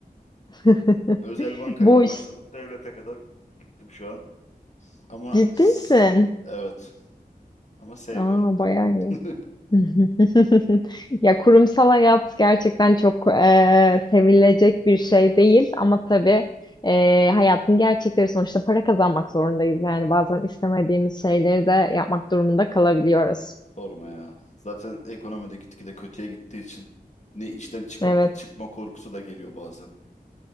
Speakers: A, on the left (about 25°); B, on the left (about 45°).
A: <laughs>
B: Özel bankayla
A: Bu
B: başladım.
A: iş
B: Devlete kadar gittim şu an. Ama
A: ciddi
B: s-
A: misin?
B: evet ama sevmiyorum.
A: Aa, bayağı iyi.
B: <laughs>
A: <laughs> Ya kurumsal hayat gerçekten çok eee, sevilecek bir şey değil ama tabii eee, hayatın gerçekleri sonuçta para kazanmak zorundayız. Yani bazen istemediğimiz şeyleri de yapmak durumunda kalabiliyoruz.
B: Sorma ya. Zaten ekonomide gitgide kötüye gittiği için ne işten çıkıp
A: Evet,
B: çıkma korkusu da geliyor bazen.